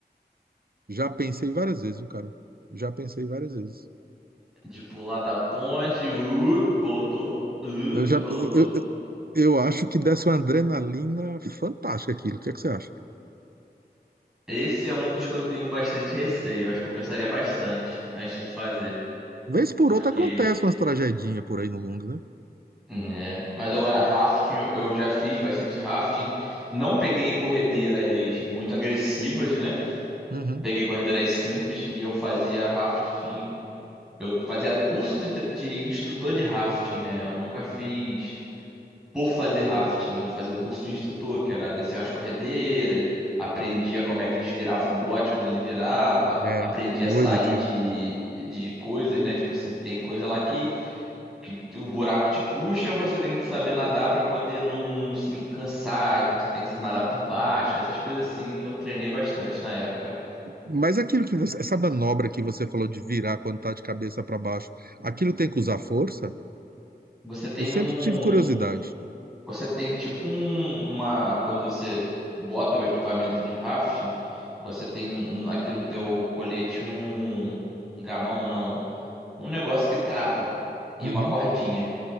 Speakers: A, on the right; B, in the centre.
A: Já pensei várias vezes, viu, cara? Já pensei várias vezes.
B: De pular da ponte, uh, voltou, uh,
A: Eu já,
B: voltou.
A: eu, eu acho que desse uma adrenalina fantástica aquilo. O que é que você acha?
B: Esse é um dos que eu tenho bastante receio. Acho que eu pensaria bastante antes de fazer.
A: Vez por
B: Porque.
A: outra acontece umas tragedinhas por aí no mundo, né?
B: né? Mas agora, rafting, eu eu já fiz bastante rafting. Não peguei corredeiras muito agressivas, né?
A: Uhum.
B: Peguei corredeiras simples e eu fazia rafting. Eu fazia curso de, tre- de instrutor de rafting, né? Eu nunca fiz. por fazer rafting, eu fazia o curso de instrutor, que era descer umas corredeiras, aprendia como é que desvirava o bote quando ele virava,
A: É,
B: aprendia
A: doido
B: a sair
A: aquilo.
B: de, de coisas, né? Tipo assim, tem coisa lá que, que o buraco te puxa, você tem que saber nadar pra poder não, não se cansar, então você tem que nadar por baixo, essas coisas assim, eu treinei bastante na época.
A: Mas aquilo que você, essa manobra que você falou de virar quando tá de cabeça para baixo, aquilo tem que usar força?
B: Você tem
A: Eu sempre
B: um,
A: tive curiosidade.
B: Você tem tipo um, uma. Quando você bota o equipamento de rafting, você tem um- um, aqui no teu colete um, um gamão, não. Um negócio que trava e
A: Uhum,
B: uma cordinha.